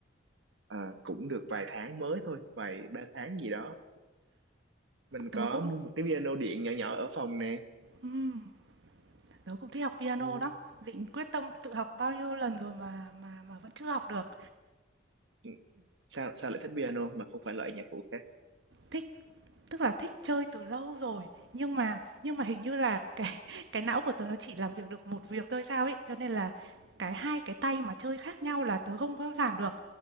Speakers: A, on the right; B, on the right.
A: Ờ, cũng được vài tháng mới thôi vài ba tháng gì đó mình
B: Tớ
A: có
B: cũng
A: mua một cái piano điện nhỏ nhỏ ở phòng nè
B: ừm. Tớ cũng thích học piano
A: ừ.
B: lắm, định quyết tâm tự học bao nhiêu lần rồi mà mà mà vẫn chưa học được.
A: ừ, sao sao lại thích piano mà không phải loại nhạc cụ khác
B: Thích tức là thích chơi từ lâu rồi, nhưng mà nhưng mà hình như là <laughs> cái cái não của tớ nó chỉ làm việc được một việc thôi sao ấy, cho nên là cái hai cái tay mà chơi khác nhau là tớ không có làm được.